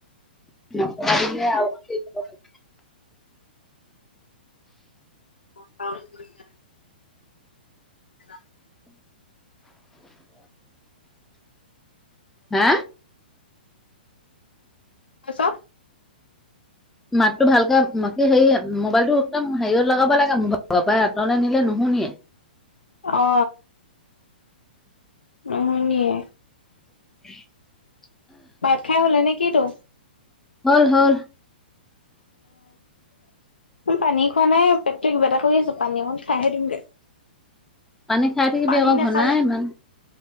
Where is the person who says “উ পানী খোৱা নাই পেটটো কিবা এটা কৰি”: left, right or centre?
Left